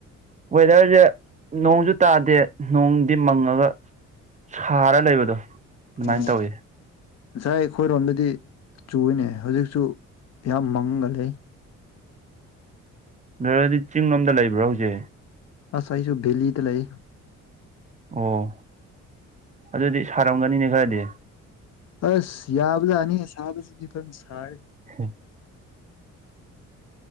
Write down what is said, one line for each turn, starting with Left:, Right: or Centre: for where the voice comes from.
Right: ꯋꯦꯗꯔꯁꯦ ꯅꯣꯡꯁꯨ ꯇꯥꯗꯦ ꯅꯣꯡꯗꯤ ꯃꯪꯉꯒ ꯁꯥꯔ ꯂꯩꯕꯗꯣ ꯑꯗꯨꯃꯥꯏꯅ
Left: ꯑꯣ
Right: ꯇꯧꯋꯦ
Left: ꯉꯁꯥꯏ ꯑꯩꯈꯣꯏꯔꯣꯝꯗꯗꯤ ꯆꯨꯏꯅꯦ ꯍꯧꯖꯤꯛꯁꯨ ꯌꯥꯝ ꯃꯪꯉ ꯂꯩ
Right: ꯅꯔꯗꯤ ꯆꯤꯡꯂꯣꯝꯗ ꯂꯩꯕ꯭ꯔꯥ ꯍꯧꯖꯤꯛ
Left: ꯑꯁ ꯑꯩꯁꯨ ꯚꯦꯜꯂꯤꯗ ꯂꯩ
Right: ꯑꯣ ꯑꯗꯨꯗꯤ ꯁꯥꯔꯝꯒꯅꯤꯅꯦ ꯈꯔꯗꯤ
Left: ꯑꯁ ꯌꯥꯕꯖꯥꯠꯅꯤ ꯁꯥꯕꯁꯤꯗꯤ ꯐꯖꯟ ꯁꯥꯏ
Right: ꯍꯨꯝ